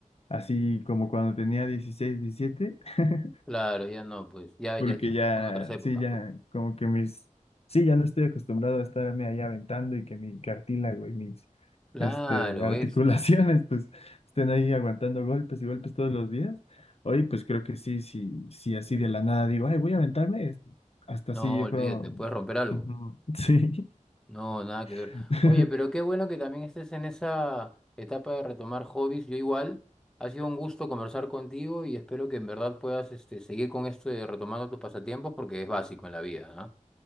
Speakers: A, on the left; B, in the centre.
A: así como cuando tenía 16, 17. <laughs>
B: Claro, ya no, pues, ya,
A: porque
B: ya sí
A: ya,
B: son otras épocas,
A: sí, ya,
B: pues.
A: como que mis, sí, ya no estoy acostumbrado a estarme ahí aventando y que mi cartílago y mis,
B: Claro,
A: este, <laughs> articulaciones,
B: es.
A: pues, estén ahí aguantando golpes y golpes todos los días. Hoy, pues, creo que sí, sí, sí, así de la nada digo, ay, voy a aventarme, este, hasta así,
B: No,
A: yo
B: olvídate,
A: creo,
B: puedes romper algo.
A: ujú, sí.
B: No, nada que ver.
A: <laughs>
B: Oye, pero qué bueno que también estés en esa etapa de retomar hobbies. Yo igual, ha sido un gusto conversar contigo y espero que en verdad puedas este, seguir con esto de retomando tus pasatiempos porque es básico en la vida, ¿no?